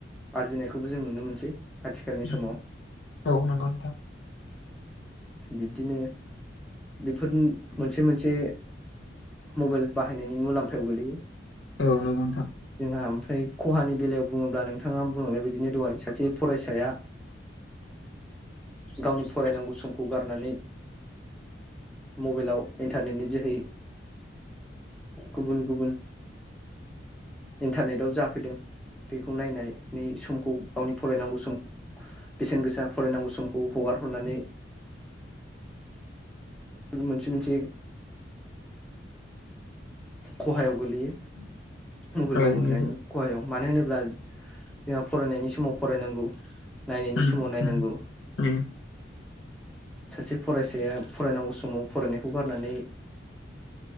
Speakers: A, in the centre; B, on the left.
A: आरजिनायखौबो जों नुनो मोनसै आथिखालनि
B: उम
A: समाव
B: औ नंगौ नोंथां
A: बिब्दिनो बेफोर मोनसे मोनसे मबाइल बाहायनायनि मुलाम्फायाव गोलैयो।
B: औ नोंगौ नोंथां।
A: ओ ओमफ्राय खहानि बेलायाव बुङोब्ला नों नोंथाङा बुंलांनाय बायदिनो दहाय सासे फरायसाया गावनि फरायनांगौ समखौ गारनानै मबाइलाव इन्टारनेटनि जोहै गुबुन - गुबुन इन्टारनेटाव जाफैदों बेखौ नायनाय नै समखौ गावनि फरायनांगौ सम बेसेन गोसा फरायनांगौ समखौ हगार हरनानै मोनसे -मोनसे खहायाव गोलैयो। मबाइल
B: औ
A: बाहायनायनि
B: नंगौ
A: खहायाव मानो होनोब्ला जोंहा फरायनायनि समाव फरायनांगौ नायनायनि
B: उम
A: समाव नायनांगौ।
B: उम उम
A: सासे फरायसाया फरायनांगौ समाव फरायनायखौ गारनानै